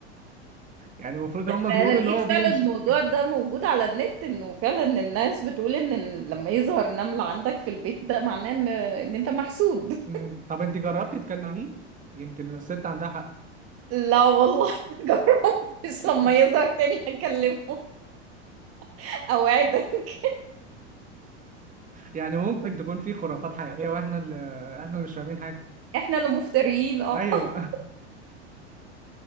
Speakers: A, on the right (about 20°); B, on the right (about 40°).
A: يعني المفروض هما بيقولوا
B: انا لقيت
A: ان هو بيمشي
B: فعلا الموضوع ده موجود على النت انه فعلا الناس بتقول ان ال- لما يظهر نمل عندك في البيت ده معناه ان ان انت محسود
A: مم. طب انت جربتي تكلميه يمكن الست عندها حق
B: لا والله <laughs> جربتش
A: <laughs>
B: لما يظهر تاني هكلمه <laughs> اوعدك
A: يعني ممكن تكون في خرافات حقيقية واحنا اللي احنا اللي مش فاهمين حاجة
B: احنا اللي مفتريين اه
A: ايوه
B: <laughs>